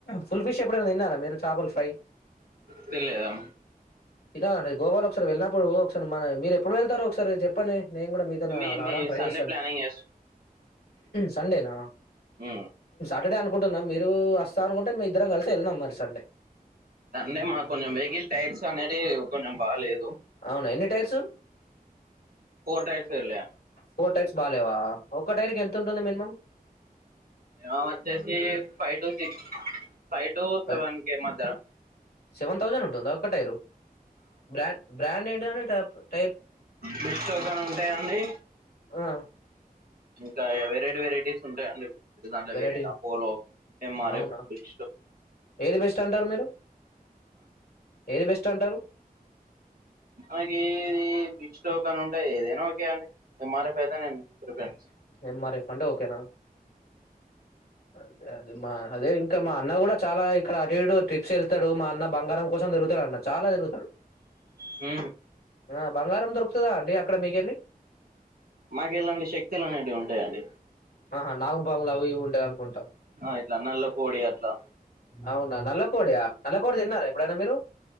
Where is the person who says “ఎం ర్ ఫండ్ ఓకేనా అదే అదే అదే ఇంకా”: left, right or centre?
Left